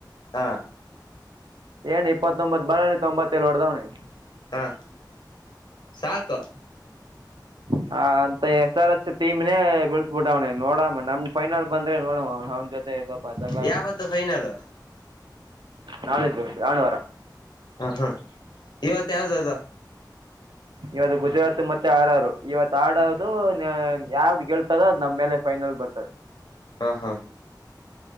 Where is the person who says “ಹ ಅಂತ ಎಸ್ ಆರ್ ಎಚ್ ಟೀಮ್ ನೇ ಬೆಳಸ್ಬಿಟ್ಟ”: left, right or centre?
Right